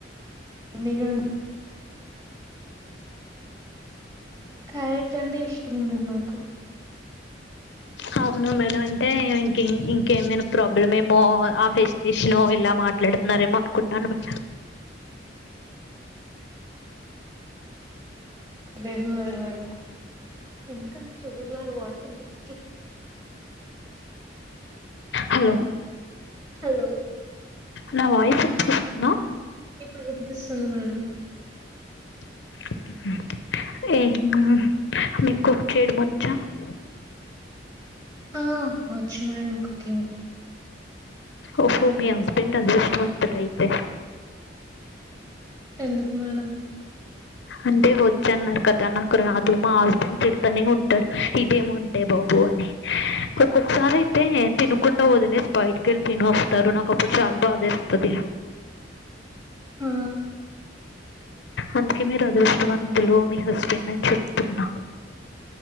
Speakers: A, on the right; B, on the left.
A: <unintelligible> క్యారెట్ అంటే ఇష్టము ఉండదు నాకు
B: అ అవునా మేడం అంటే ఇంకే ఇంకేమైనా ప్రాబ్లమ్ ఏమో ఆ ఫెస్టేషను లో ఇలా మా మాట్లాడుతున్నారేమో అనుకున్నాను మె
A: బెంగళూరు
B: హలో
A: హలో
B: నా వాయిస్ వినిపిస్తుందా
A: ఇప్పుడు వినిపిస్తుంది మేడం
B: <inaudible>
A: ఆ వచ్చు మేడంమ్ కుకింగ్
B: ఓహో మీ హస్బెండ్ అదృష్ట వంతుడు అయితే
A: ఎందుకు మేడం
B: అంటే వచ్చన్నారు కదా నాకు రా దు మా హస్బెండ్ తడతానే ఉంటారు ఇదేమి వంటే బాబు అని ఒక్కొక్కసారి అయితే తినకుండా వదిలేసి బయట <unintelligible> వస్తారు నాకుప్పుడు చాలా బాధేస్తది
A: ఆ
B: అందుకే మీరు అదృష్టవంతులు మీ హస్బెండ్ అని చెప్తున్నా